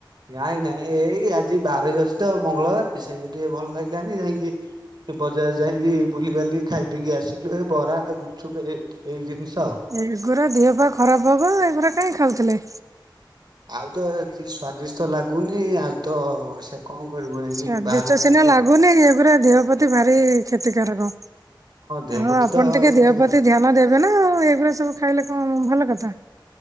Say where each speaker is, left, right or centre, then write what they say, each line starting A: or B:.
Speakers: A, on the right; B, on the right.
A: ନାଇଁ ନାଇଁ ଏଇ ଆଜି ବାରେରେ ଅଛି ତ ମଙ୍ଗଳବାର ସେଇ ଟିକେ ଭଲ ଲାଗିଲାନି ଯାଇକି ବଜାର ଯାଇକି ବୁଲିିବାଲି ଖାଇପିକି ଆସିଲୁ ଏ ବରା ଗୁପଚୁପ ହେ ଏଇ ଜିନିଷ ଆଉ।
B: ଏଗୁୁରା ଦେହ ପା ଖରାପ ହବ ଏଗୁୁରା କାଇଁ ଖାଉଥିଲେ?
A: ଆଉ ତ କିଛି ସ୍ଵାଦିଷ୍ଟ ଲାଗୁନି ଆଉ ତ ସେ କଅଁ କରିବୁ।
B: ଆ
A: ଯାଇକି
B: ସ୍ଵାଦିଷ୍ଟ
A: ବାହାରୁ ଖାଇଲୁ
B: ସିନା ଲାଗୁନି
A: ଆଉ।
B: ଏ ଗୁରା ଦେହ ପ୍ରତି ଭାରି କ୍ଷତିକାରକ।
A: ଦେହ
B: ହଁ
A: ପ୍ରତି
B: ଆପଣ
A: ତ
B: ଟିକେ
A: କ୍ଷତିକାର
B: ଦେହ ପ୍ରତି ଧ୍ୟାନ ଦେ ନା ଆଉ ଏଗୁଡା ସବୁ ଖାଇଲେ କଣ ଭଲ କଥା।